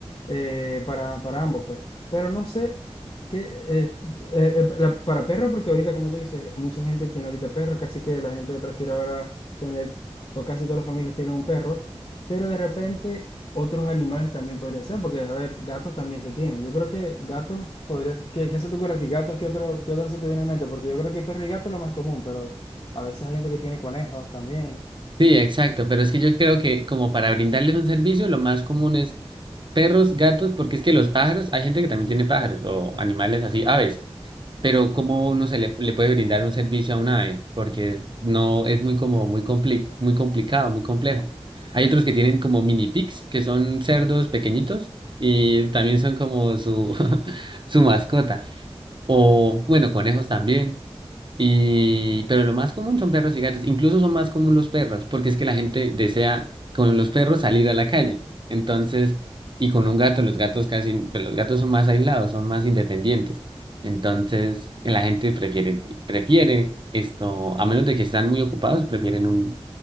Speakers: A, on the left; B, on the right.
A: eh, para, para ambos, pues. Pero no sé qué, eh, eh, eh, la- para perros, porque ahorita como tú dices, mucha gente tiene ahorita perros, casi que la gente prefiere ahora tener, o casi todas las familias tienen un perro. Pero de repente otros animales también podría ser, porque a ver, gatos también se tienen. Yo creo que gatos podrías. ¿Qué, qué se te ocurre a ti? ¿Gatos? ¿Qué otro, qué otro se te viene en mente? Porque yo creo que perro y gato es lo más común, pero a veces hay gente que tiene conejos también.
B: Sí, exacto, pero es que yo creo que como para brindarles un servicio, lo más común es perros, gatos, porque es que los pájaros, hay gente que también tiene pájaros o animales así, aves, pero ¿cómo uno se le, le puede brindar un servicio a una ave? Porque no es muy como muy compli- muy complicado, muy complejo. Hay otros que tienen como mini pigs, que son cerdos pequeñitos y también son como su <laughs> su mascota. O, bueno, conejos también. Y, pero lo más común son perros y gatos. Incluso son más común los perros, porque es que la gente desea con los perros salir a la calle. Entonces, y con un gato, los gatos casi, pero los gatos son más aislados, son más independientes. Entonces, la gente prefiere, prefiere esto, a menos de que están muy ocupados, prefieren un,